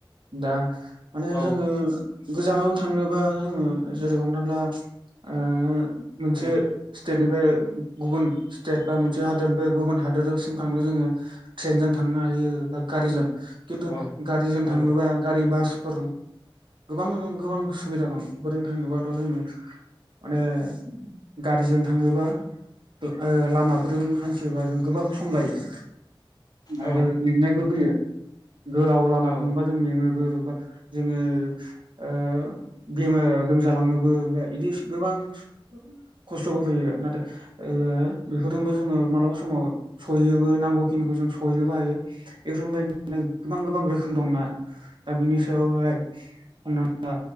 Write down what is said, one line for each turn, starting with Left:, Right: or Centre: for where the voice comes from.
Right: दा माने
Left: औ
Right: जोङो गोजानाव थांनोबा जोङो जेरै हमना ला आ मोनसे
Left: औ
Right: स्टेटनिफ फ्राय गुबुन स्टेट बा मोनसे हादोरनिफ्राय गुबुन हादोरावसिम थांनो जोङो ट्रेनजों थांनो हाय हायो बा गारिजों खिन्थु
Left: औ
Right: गारिजों
Left: औ
Right: थाङोबा गारि बासफोर गोबां गोबां सुबिदा दं बेफोरजों थाङोबाथ' जोङो माने गारिजों थाङोबा गो ओ लामाफोरजों हान्थियोबा जों गोबां सम लायो।
Left: औ
Right: आरो मेंनायबो फैयो। गोलाव लामा
Left: औ
Right: थाङोबा जों मेङो। ओ बा जोङो ओ बेमार लोमजा लाङोबो बा इदिस गोबां ओंस गो ओ खस्थ'बो फैयो नाथाय ओ बेफोरजोंबो जोङो मालाबा समाव सहैयोबो नांगौ खिनिखौ जों सहैनो बो हायो बेफोर बायद नाय गोबां गोबां रोखोम दंना दा बिनि सायावहाय हमनानै ला